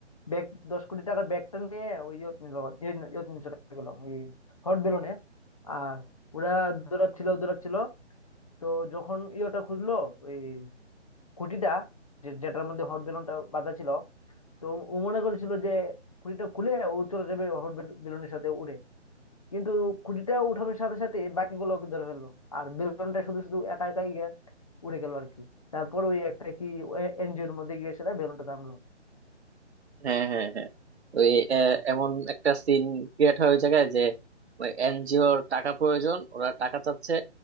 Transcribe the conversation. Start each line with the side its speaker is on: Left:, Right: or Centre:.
Left: ব্যাগ দশ কোটি টাকার ব্যাগটা নিয়ে ওই ইয়ত নিল ইয়ে- ইয়ত নিয়ে চলে গেলো ওই হট বেলুনে আর ওরা দৌড়াচ্ছিল দৌড়াচ্ছিল তো যখন ইয়েটা খুললো ওই খুঁটিটা যে যেটার মধ্যে হট বেলুনটা বাঁধা ছিল তো ও মনে করেছিল যে খুঁটিটা খুলে ও চলে যাবে হট বেলুনের সাথে উড়ে কিন্তু খুঁটিটা উঠানোর সাথে সাথে বাকিগুলো ওকে ধরে ফেললো আর বেলুনটা শুধু শুধু একা একাই গিয়ে উড়ে গেল আর কি তারপর ওই একটা কি এনজিওর মধ্যে গিয়ে সেটা বেলুনটা থামলো
Right: হ্যাঁ হ্যাঁ হ্যাঁ ওই আহ, এমন একটা সিন ক্রিয়েট হয় ওই জায়গায় যে এনজিওর টাকা প্রয়োজন ওরা টাকা চাচ্ছে